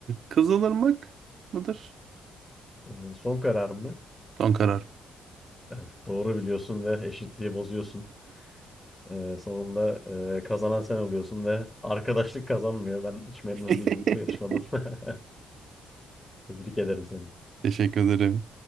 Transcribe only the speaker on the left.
Ee, son karar mı?
Evet, doğru biliyorsun ve eşitliği bozuyorsun. Ee, sonunda e, kazanan sen oluyorsun ve arkadaşlık kazanmıyor. Ben hiç memnun
değilim bu yarışmadan. <laughs> Tebrik ederim seni.